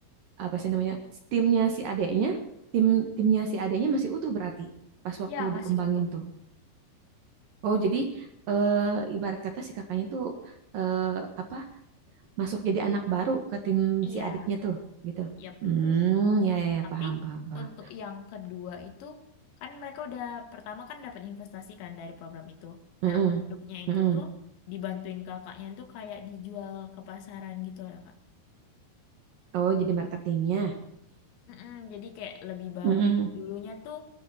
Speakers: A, on the right; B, on the left.
A: apa sih namanya? Timnya si adeknya, tim timnya si adeknya masih utuh berarti pas waktu
B: Ya, masih
A: dikembangin
B: utuh.
A: tuh. Oh, jadi eh, ibarat kata si kakaknya tuh eh, apa? Masuk jadi anak baru ke tim
B: Iya,
A: si adiknya tuh, gitu.
B: ya
A: Hmm,
B: betul.
A: ya ya, ya
B: Tapi
A: paham paham paham.
B: untuk yang kedua itu kan mereka udah pertama kan dapat investasi kan dari program itu.
A: Mm-mm,
B: Nah, produknya itu
A: mm-mm.
B: tuh dibantuin kakaknya tuh kayak dijual ke pasaran gitu lah, Kak.
A: Oh, jadi marketingnya.
B: Mm-mm, jadi kayak lebih bagus.
A: Mm-mm,
B: Dulunya tuh